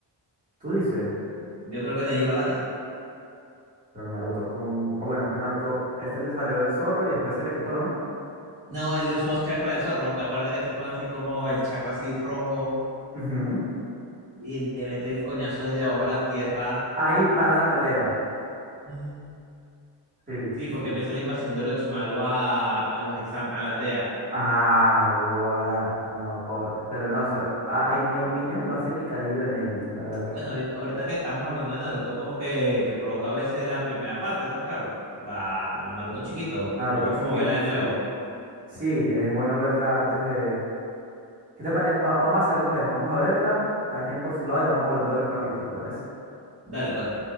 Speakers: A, on the right; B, on the right.
A: ¿Tú dices?
B: Yo creo que Neji lo gana.
A: Pero Naruto con... O bueno, que Naruto, él se le salió del zorro y después se le quitó, ¿no?
B: No, él usó chakra del zorro. que Acuérdate que él se pone así como el chakra así rojo
A: Ujú.
B: y le mete el coñazo desde abajo de la tierra.
A: Ahí paran la pelea.
B: Ujú.
A: Sí,
B: Sí, porque
A: sí.
B: empieza la invasión de Orochimaru a, a los exam- a la aldea.
A: Ah, guará. No, po- pero no, o sea, ah, en mi opinión iba a ser picadillo de Neji, la verdad.
B: Bueno, ahorita, ahorita que estamos hablando de Naruto, como que, que provoca a veces la primera parte, ¿estás claro? La, la Naruto chiquito.
A: Naruto
B: Provoca
A: chiquito,
B: como vela de
A: sí.
B: nuevo.
A: Sí, es bueno verla antes de... ¿Qué te parece? vamos a hacer algo, pues. Vamos a verla, cada quien por su lado, y vamos hablando de los capítulos, ¿te parece?
B: Dale, pues.